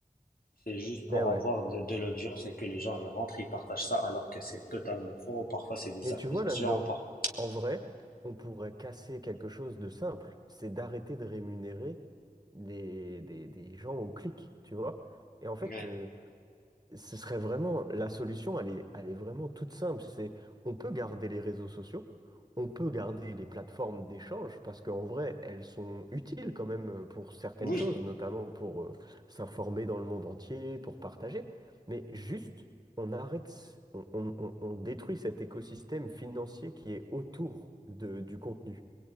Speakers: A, on the left (about 80°); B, on the right (about 25°).
A: c'est juste pour
B: Ben ouais.
A: avoir de, de l'audience et que les gens y rentrent, ils partagent ça, alors que c'est totalement faux. Parfois, c'est des
B: Et
A: accusations,
B: tu vois là-dedans,
A: par...
B: en vrai, on pourrait casser quelque chose de simple, c'est d'arrêter de rémunérer les, des, des gens au clic, tu vois. Et en fait,
A: Ouais.
B: euh, Ce serait vraiment la solution, elle est, elle est vraiment toute simple. C'est on peut garder les réseaux sociaux, on peut garder les plateformes d'échange parce qu'en vrai, elles sont utiles quand même euh, pour certaines
A: Oui.
B: choses, notamment pour euh, s'informer dans le monde entier, pour partager. Mais juste, on arrête, on, on- on- on détruit cet écosystème financier qui est autour de- du contenu,